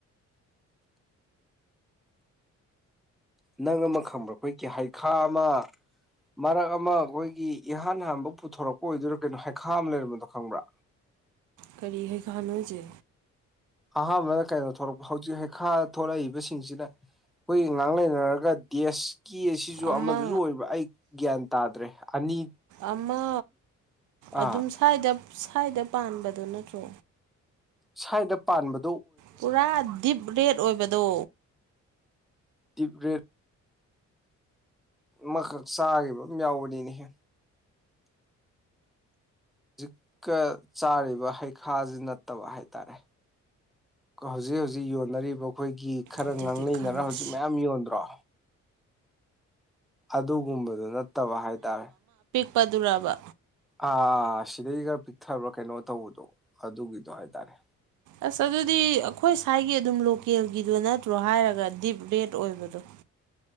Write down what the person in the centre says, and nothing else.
ꯅꯪ ꯑꯃ ꯈꯪꯕ꯭ꯔꯥ ꯑꯩꯈꯣꯏ ꯀꯤꯍꯩꯈꯥ ꯑꯃ ꯃꯔꯛ ꯑꯃ ꯑꯩꯈꯣꯏꯒꯤ ꯏꯍꯥꯟ ꯍꯥꯟꯕ ꯄꯨꯊꯣꯔꯛꯄ ꯑꯣꯏꯗꯨꯣꯏꯔꯥ ꯀꯩꯅꯣ ꯍꯩꯈꯥ ꯃ ꯂꯩꯔꯝꯕꯗꯣ ꯈꯪꯕ꯭ꯔꯥ
ꯑꯍꯥꯟꯕꯗ ꯀꯩꯅꯣ ꯊꯣꯛꯂꯛꯄ ꯍꯧꯖꯤꯛ ꯍꯩꯈꯥ ꯊꯣꯛꯂꯛꯏꯕꯁꯤꯡꯁꯤꯗ ꯈꯣꯏꯒꯤ ꯉꯥꯡ ꯂꯩꯅꯔꯒ ꯇꯦꯁ ꯀꯦ ꯑꯁꯤꯁꯨ
ꯑꯃꯗꯁꯨ ꯑꯣꯏꯕ ꯑꯩ ꯒ꯭ꯌꯥꯟ ꯇꯥꯗ꯭ꯔꯦ ꯑꯅꯤ
ꯑꯥ
ꯁꯥꯏꯗ ꯄꯥꯟꯕ
ꯗꯤꯞ ꯔꯦꯠ ꯃꯈꯛ ꯆꯥꯈꯤꯕꯝ ꯌꯥꯎꯕꯅꯤꯅꯦꯍꯦ ꯍꯧꯖꯤꯛꯀ ꯆꯥꯔꯤꯕ ꯍꯩꯈꯥꯁꯤ ꯅꯠꯇꯕ ꯍꯥꯏꯇꯥꯔꯦ ꯍꯧꯖꯤꯛ ꯍꯧꯖꯤꯛ ꯌꯣꯟꯅꯔꯤꯕ ꯑꯩꯈꯣꯏꯒꯤ ꯈꯔ
ꯉꯥꯡ ꯂꯩꯅꯔ
ꯍꯧꯖꯤꯛ ꯃꯌꯥꯝ ꯌꯣꯟꯗ꯭ꯔꯣ ꯑꯗꯨꯒꯨꯝꯕꯗꯨ ꯅꯠꯇꯕ ꯍꯥꯏꯇꯥꯔꯦ
ꯑꯥ ꯁꯤꯗꯒꯤ ꯈꯔ ꯄꯤꯛꯊꯕ꯭ꯔꯥ ꯀꯩꯅꯣ ꯇꯧꯕꯗꯣ ꯑꯗꯨꯒꯤꯗꯣ ꯍꯥꯏ ꯇꯔꯦ